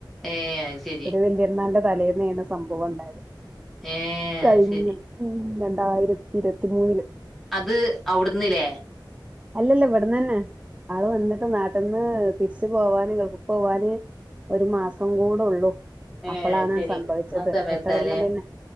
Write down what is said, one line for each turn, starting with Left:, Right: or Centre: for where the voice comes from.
Centre: ഏ അത് ശരി
Right: ഒരു വലിയന്നാന്റെ തലേന്ന്ാണ് സംഭവം ഉണ്ടായത്
Centre: ഏ
Right: കഴിഞ്ഞ
Centre: അത് ശരി
Right: രണ്ടായിരത്തി ഇരുപത്തി മൂന്നില്
Centre: അത് അവിട്ന്നല്ലേ
Right: അല്ലല്ല ഇവിടന്ന് തന്നെ ആള് വന്നിട്ട് നാട്ട ന്ന് തിരിച്ച് പോവാന് ഗൾഫിക്ക് പോവാന് ഒരു മാസം കൂടെള്ളൂ
Centre: ഏ
Right: അപ്പളാണ്
Centre: അത് ശരി
Right: സംഭവിച്ചത്
Centre: ആ സമയത്താലേ
Right: ന്നിട്ട് അവിടന്ന് പിന്നെ